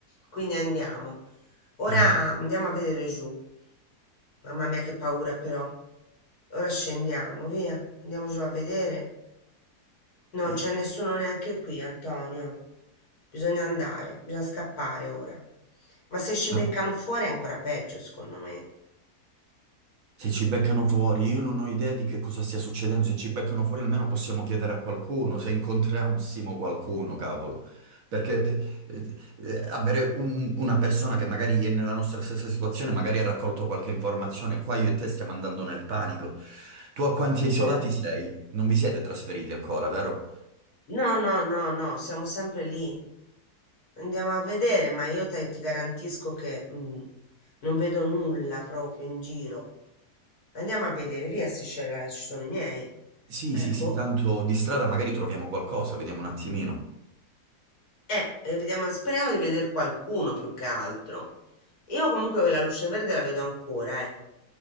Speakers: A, on the left; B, on the right.
A: Quindi andiamo. Ora
B: Ah,
A: andiamo a vedere giù. Mamma mia, che paura però. Ora scendiamo, via. Andiamo giù a vedere. Non
B: Dio.
A: c'è nessuno neanche qui, Antonio. Bisogna andare, bisogna scappare ora. Ma se ci
B: Ah.
A: beccano fuori è ancora peggio, secondo me.
B: Se ci beccano fuori, io non ho idea di che cosa stia succedendo. Se ci beccano fuori, almeno possiamo chiedere a qualcuno, se incontrassimo qualcuno, cavolo. Perché eh, eh, avere un- una persona che magari è nella nostra stessa situazione, magari ha raccolto qualche informazione, qua io e te stiamo andando nel panico. Tu a quanti isolati
A: Eh.
B: sei? Non vi siete trasferiti ancora, vero?
A: No, no, no, no, siamo sempre lì. Andiamo a vedere, ma io te- ti garantisco che mm, non vedo nulla proprio in giro. Andiamo a vedere, via Seychelles, ci sono i miei.
B: Sì,
A: Eh,
B: sì,
A: boh.
B: sì, tanto di strada magari troviamo qualcosa, vediamo un attimino.
A: Eh, eh, vediamo, speriamo di vedere qualcuno più che altro. Io comunque la luce verde la vedo ancora, eh.